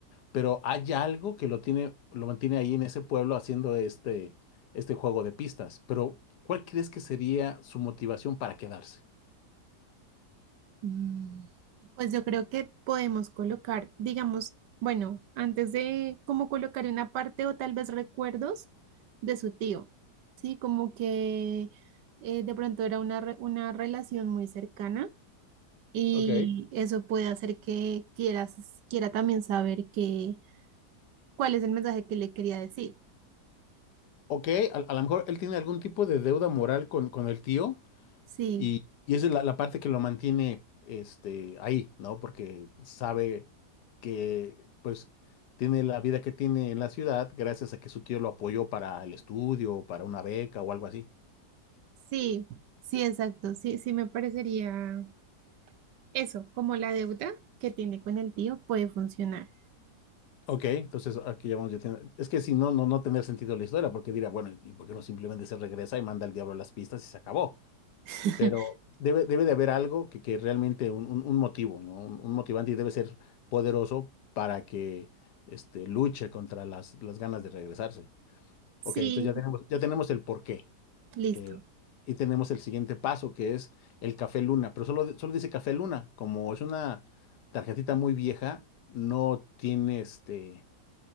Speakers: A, on the left; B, on the right.
A: pero hay algo que lo tiene, lo mantiene ahí en ese pueblo haciendo este, este juego de pistas. Pero, ¿cuál crees que sería su motivación para quedarse?
B: Mm, Pues yo creo que podemos colocar, digamos, bueno, antes de como colocar una parte o tal vez recuerdos de su tío, ¿sí? Como que eh, de pronto era una, re- una relación muy cercana Y
A: Ok.
B: eso puede hacer que quieras, quiera también saber que, cuál es el mensaje que le quería decir.
A: Ok, a, a lo mejor él tiene algún tipo de deuda moral con, con el tío
B: Sí,
A: y, y esa es la, la parte que lo mantiene este, ahí, ¿no? Porque sabe que pues tiene la vida que tiene en la ciudad gracias a que su tío lo apoyó para el estudio, para una beca o algo así.
B: sí, sí, exacto. Sí, sí me parecería eso, como la deuda que tiene con el tío puede funcionar.
A: Ok, entonces aquí ya vamos, ya tiene- es que si no, no, no tendría sentido la historia, porque diría, bueno, ¿y por qué no simplemente se regresa y manda al diablo las pistas y se acabó?
B: <laughs>
A: Pero debe, debe de haber algo que, que realmente, un, un- un motivo, ¿no? Un, un motivante y debe ser poderoso para que este, luche contra las, las ganas de regresarse.
B: Sí,
A: Ok, entonces ya tenemos, ya tenemos el porqué.
B: listo.
A: eh, y tenemos el siguiente paso, que es el Café Luna, pero solo, solo dice Café Luna, como es una tarjetita muy vieja, no tiene este